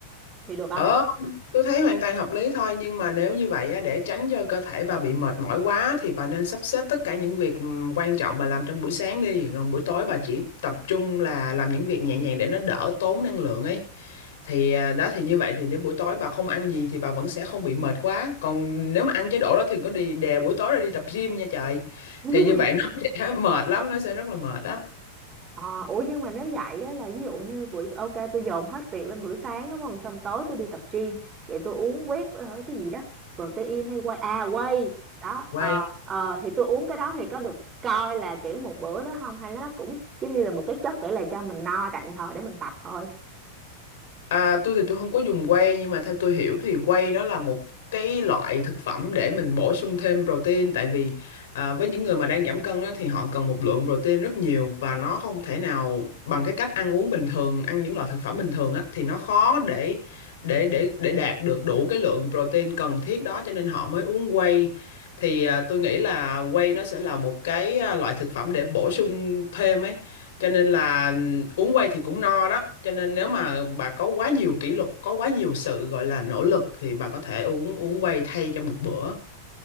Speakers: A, on the right; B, on the left.
A: Thì được không?
B: Ờ Tôi thấy hoàn toàn hợp lý thôi nhưng mà nếu như vậy á, để tránh cho cơ thể bà bị mệt mỏi quá thì bà nên sắp xếp tất cả những việc ừm, quan trọng bà làm trong buổi sáng đi rồi buổi tối bà chỉ tập trung là làm những việc nhẹ nhàng để nó đỡ tốn năng lượng ấy thì à, đó thì như vậy thì đến buổi tối bà không ăn gì thì bà vẫn sẽ không bị mệt quá còn nếu mà ăn chế độ đó thì có đi đè buổi tối rồi đi tập gym nha trời
A: <laughs>
B: thì như vậy nó <laughs> sẽ mệt lắm nó sẽ rất là mệt đó
A: Ờ, ủa nhưng mà nếu vậy á, là ví dụ như buổi ok tôi dồn hết việc lên buổi sáng đúng không xong tối tôi đi tập gym vậy tôi uống whey ờ, cái gì đó protein hay whey à whey đó
B: quay
A: ờ ờ, thì tôi uống cái đó thì có được coi là kiểu một bữa nữa không hay nó cũng giống như là một cái chất để là cho mình no tạm thời để mình tập thôi
B: À, tôi thì tôi không có dùng whey nhưng mà theo tôi hiểu thì whey nó là một cái loại thực phẩm để mình bổ sung thêm protein tại vì à, với những người mà đang giảm cân á, thì họ cần một lượng protein rất nhiều và nó không thể nào bằng cái cách ăn uống bình thường ăn những loại thực phẩm bình thường á, thì nó khó để để để để đạt được đủ cái lượng protein cần thiết đó cho nên họ mới uống whey thì à, tôi nghĩ là whey nó sẽ là một cái à, loại thực phẩm để bổ sung thêm ấy cho nên là uống quay thì cũng no đó cho nên nếu mà bà có quá nhiều kỷ luật có quá nhiều sự gọi là nỗ lực thì bà có thể uống uống quay thay cho một bữa